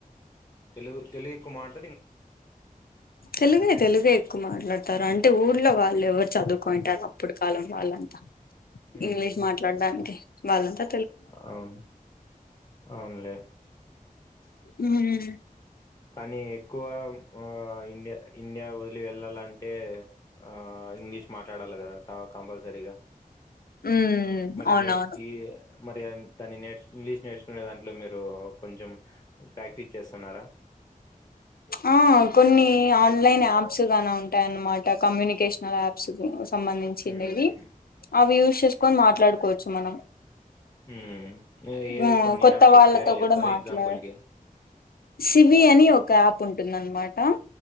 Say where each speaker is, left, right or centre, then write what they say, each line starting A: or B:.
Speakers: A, on the left (about 25°); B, on the left (about 90°).
A: తెలుగు తెలుగు ఎక్కు మాట్
B: తెలుగే తెలుగే ఎక్కువ మాట్లాడు తార అంటే ఊర్లో వాళ్ళెవరు చదువుకోయింటారు. ఇప్పుడి కాలం వాళ్ళంతా.
A: హ్మ్.
B: ఇంగ్లీష్ మాట్లాడడానికి వాళ్లంతా
A: అవును అవునులే
B: హు ఉ
A: కానీ ఎక్కువ అ ఇ ఇండియా వల్ వెళ్లాలంటే ఆ ఇంగ్లీష్ మాట్ల కడల్ గదా కంపల్సరిగా
B: ఉమ్
A: మరి
B: అవునవును
A: నెట్ ఈ కి మది న్ తను నేర్చుకుంది ఇంగ్లీష్ నేర్చుకునేదాని ఇంట్లో మీరు కొంచెం ప్రాక్టీస్ చేస్తన్నారా
B: ఆ కొన్ని ఆన్లైన్ యాప్స్ గాన ఉంటాయన్నమాట కమ్యూనికేషనల్ యాప్స్ సంబంధించిండేది.
A: హ్మ్.
B: అవి యూస్ చేసుకొని మాట్లాడుకోవచ్చు మనం.
A: ఉ హు ఏఏవి
B: ఆ
A: కొన్ని
B: కొత్త
A: యాప్స్
B: వాళ్ళతో
A: పేర్లు చెప్తావా
B: కూడా మాట్లా
A: ఎగ్జాంపుల్ కి
B: సివి అని ఒక యాప్ ఉంటుందనమాట